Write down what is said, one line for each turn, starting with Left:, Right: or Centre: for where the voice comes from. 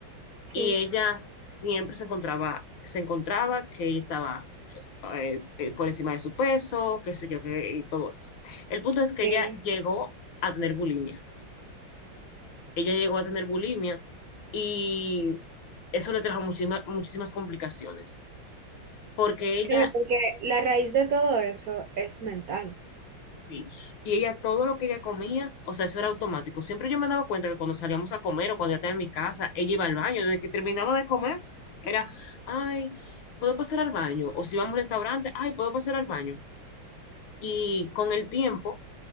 Right: Sí.
Left: y ella siempre se encontraba, se encontraba que ella estaba eh, eh, por encima de su peso, qué sé yo, que, y todo eso. El punto es
Right: Sí,
Left: que ella llegó a tener bulimia. Ella llegó a tener bulimia y eso le trajo muchísima- muchísimas complicaciones, porque ella
Right: claro, porque la raíz de todo eso es mental.
Left: Sí, y ella todo lo que ella comía, o sea, eso era automático. Siempre yo me daba cuenta que cuando salíamos a comer o cuando yo estaba en mi casa, ella iba al baño. Desde que terminaba de comer, era, ay, ¿puedo pasar al baño? O si vamos a un restaurante, ay, ¿puedo pasar al baño? Y con el tiempo,